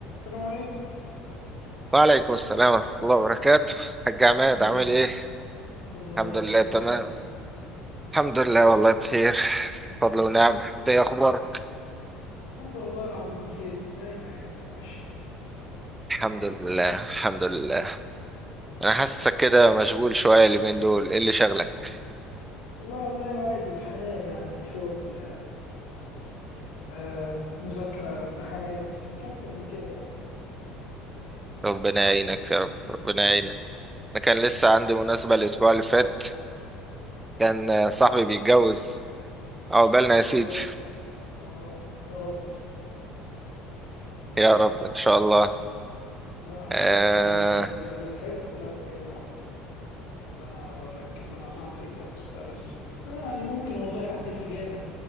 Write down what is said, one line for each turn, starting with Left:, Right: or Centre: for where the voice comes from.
Left: السلام عليكم
Right: وعليكم السلام ورحمة الله وبركاته حاج عماد
Left: عامل
Right: عامل
Left: ايه
Right: ايه؟
Left: الحمد لله الله
Right: الحمد
Left: بخير
Right: لله تمام
Left: انت عامل ايه
Right: الحمد لله والله بخير فضل ونعمة انت ايه اخبارك؟
Left: الحمد لله العظيم بخير دايما يعني ماشي
Right: الحمد لله الحمد لله انا حاسك كده مشغول شوية اليومين دول ايه اللي شغلك؟
Left: لا والله العادي الحياة يعني شغل آه مذاكرة امتحانات مش اكتر من كده يعني
Right: ربنا يعينك يا رب ربنا يعينك
Left: يا رب
Right: انا كان لسه عندي مناسبة الاسبوع اللي فات كان آه، صاحبي بيتجوز عقبالنا يا سيدي
Left: واي اه يا رب
Right: يا رب ان شاء الله
Left: لا احنا
Right: اه
Left: لسه علينا بتهيألي على دفعتي كلها بتهيألي حتى اللي انا اقول لك اللي انا صاحبي بيتجوز لا لسه آه يعني ممكن والله حد يفاجئنا